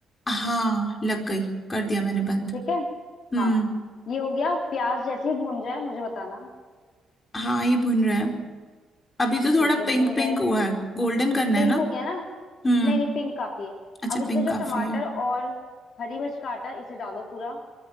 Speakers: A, on the left; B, on the left.
A: हाँ लग गई कर दिया मैंने बंद
B: ठीक है
A: हम्म
B: हाँ ये हो गया प्याज जैसे ही भून जाए मुझे बताना
A: हाँ ये भुन रहा है अभी तो थोड़ा
B: ठीक है
A: पिंक
B: भून जाए
A: पिंक हुआ है गोल्डन करना
B: पिंक
A: है ना
B: हो गया ना
A: हम्म
B: नहीं नहीं पिंक काफी है
A: अच्छा
B: अब इसमें
A: पिंक
B: जो
A: काफी
B: टमाटर
A: है
B: और हरी मिर्च का आटा है, इसे डालो पूरा